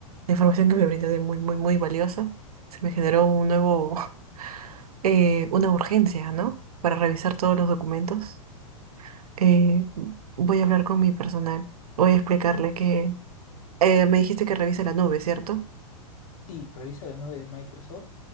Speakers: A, on the right; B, on the left.
A: la información que me brindas es muy, muy, muy valiosa. Se me generó un nuevo eh, una urgencia, ¿no? Para revisar todos los documentos. Eh, voy a hablar con mi personal. Voy a explicarle que eh, me dijiste que revise la nube, ¿cierto?
B: Sí, revisa la nube de Microsoft